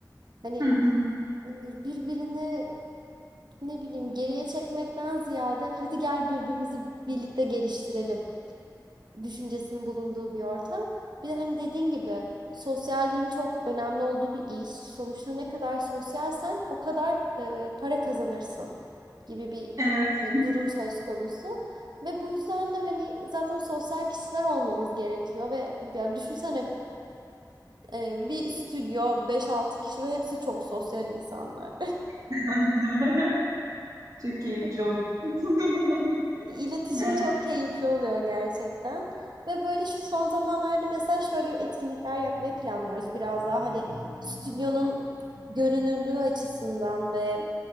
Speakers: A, on the right; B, on the right.
A: Hani
B: hı,
A: e, birbirini ne bileyim geriye çekmekten ziyade hadi gel birbirimizi birlikte geliştirelim düşüncesinin bulunduğu bir ortam. Bir de hani dediğin gibi sosyalliğin çok önemli olduğu bir iş. Sonuçta ne kadar sosyalsen o kadar e, para kazanırsın gibi bir
B: Evet.
A: e, durum söz konusu. Ve bu yüzden de hani zaten sosyal kişiler olmamız gerekiyor ve ya düşünsene e, bir stüdyo beş altı kişi ve hepsi çok sosyal insanlar.
B: <laughs> Çok keyifli
A: <laughs>
B: oldu. <laughs>
A: İletişim
B: Yani
A: çok
B: evet.
A: keyifli oluyor gerçekten. Ve böyle şu son zamanlarda mesela şöyle bir etkinlikler yapmayı planlıyoruz. Biraz daha hani stüdyonun görünürlüğü açısından ve